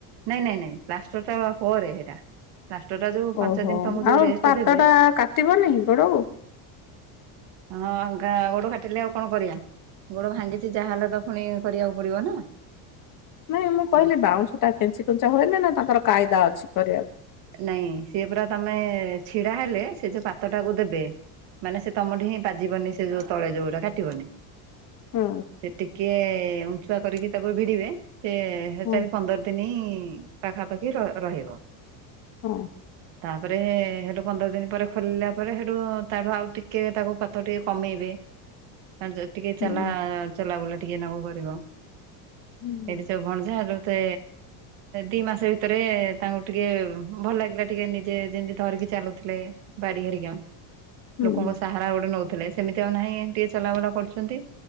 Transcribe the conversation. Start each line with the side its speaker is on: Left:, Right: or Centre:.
Right: ନାଇଁ ନାଇଁ ନାଇଁ ପ୍ଲାଷ୍ଟର ଟା ପରେ ହେଟା। ପ୍ଲାଷ୍ଟର ଟା ଯୋଉ ପାଞ୍ଚ
Left: ଓହୋ
Right: ଦିନ ତମକୁ ଯୋଉ
Left: ଆଉ
Right: ରେଷ୍ଟ
Left: ପାତ
Right: ଦେବେ
Left: ଟା କାଟିବନି ଗୋଡକୁ?
Right: ହଁ ଗାଁ ଗୋଡ ଫାଟିଲେ ଆଉ କଣ କରିବା? ଗୋଡ ଭାଙ୍ଗିଛି ଯାହା ହେଲେ ତ ପୁଣି କରିବାକୁ ପଡିବ ନା।
Left: ନାଇଁ ମୁଁ କହିଲି
Right: ତ
Left: ବାଉଁଶ ଟା ଖେଞ୍ଚି କୁଞ୍ଚା ହୁଏନି ନା ତାଙ୍କର କାଇଦା ଅଛି କରିବାକୁ?
Right: ନାଇଁ ସିଏ ପୁରା ତମେ ଛିଡା ହେଲେ ସେ ଯୋଉ ପାତଟାକୁ ଦେବେ ମାନେ ସେ ତମଟି ହିଁ ବାଜିବନି ସେ ଯୋଉ ତଳେ ଯୋଉଟା କାଟିବନି।
Left: ହୁଁ।
Right: ସେ ଟିକେ ଉଁଛୁଆ କରିକି ତାକୁ ଭିଡିବେ ସେ ହେଟା
Left: ହୁଁ।
Right: ବି ପନ୍ଦର ତିନି ପାଖାପାଖି ର ରହିବ।
Left: ହଁ।
Right: ତାପରେ ହେଠୁ ପନ୍ଦର ଦିନ ପରେ ଖୋଲିଲା ପରେ ହେଠୁ ତାଠୁ ଆଉ ଟିକେ ତାକୁ ପାତ ଟିକେ କମେଇବେ। ପାଞ୍ଜ ଟିକେ
Left: ହୁଁ
Right: ଚାଲା ଚଲା ବୁଲା ଟିକେ ନା ଗ କରିବ।
Left: ହୁଁ
Right: ସେଇଠି ସବ ଭଣଜାତେ ଦି ମାସ ଭିତରେ ତାଙ୍କୁ ଟିକେ ଭଲ ଲାଗିଲା ଟିକେ ନିଜେ ଯେମିତି ଧରିକି ଚାଲୁଥିଲେ ବାଡି ଘେରିକା।
Left: ହୁଁ
Right: ଲୋକଙ୍କ ସାହାରା ଗୋଟେ ନଉଥିଲେ। ସେମିତି ଆଉ ନାହିଁ ଟିକେ ଚଲାବୁଲା କରୁଛନ୍ତି